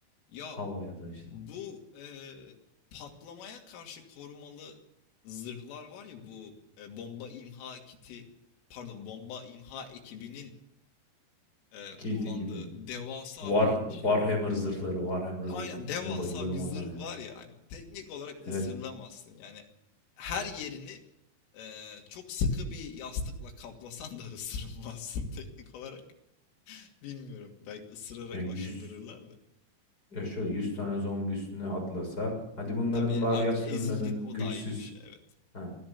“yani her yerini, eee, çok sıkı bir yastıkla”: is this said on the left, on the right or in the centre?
Left